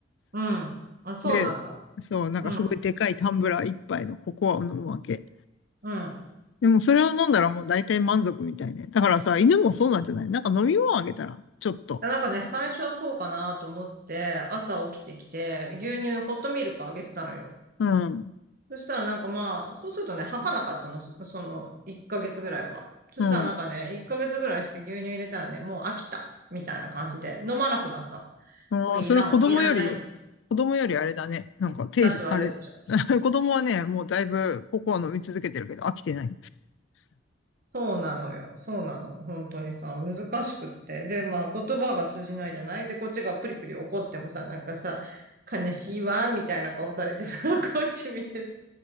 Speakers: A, on the right (about 50°); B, on the left (about 65°).
A: うん。あ、そうなんだ。
B: で、そう、なんかすごいでかいタンブラー一杯のココアを飲むわけ。
A: うん、うん。
B: でもそれを飲んだらもう大体満足みたいね。だからさ、犬もそうなんじゃないなんか飲み物あげたら、ちょっと。
A: なんかね、最初はそうかなと思って、朝起きてきて、牛乳、ホットミルクあげてたのよ。
B: うん。
A: そしたらなんかまあ、そうするとね、吐かなかったの、そその1ヶ月ぐらいは。そしたらなんかね、
B: うん。
A: 1ヶ月ぐらいして牛乳入れたらね、もう飽きた、みたいな感じで、飲まなくなったの。
B: もうそれは子供より、
A: これいらん、いらないんライン
B: 子供よりあれだね。なんか、手、
A: たち悪いでしょ。
B: あれ、<laughs> 子供はね、もうだいぶココア飲み続けてるけど飽きてない。
A: そうなのよ。そうなの。本当にさ、難しくって。で、まあ、言葉が通じないじゃないで、こっちがプリプリ怒ってもさ、なんかさ、悲しいわ、みたいな顔されてさ、<laughs> こっち見てさ、